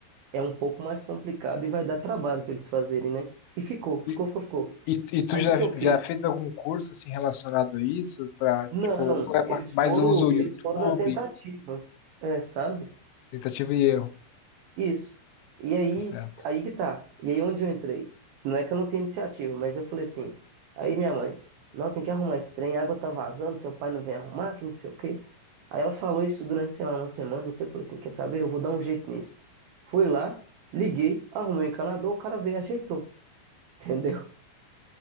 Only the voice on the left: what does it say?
E,
e, e tu
já,
já fez algum curso assim, relacionado a isso? Para
tipo, ou é
ma- mais
usa o
YouTube,
tentativa e erro?
Tá certo.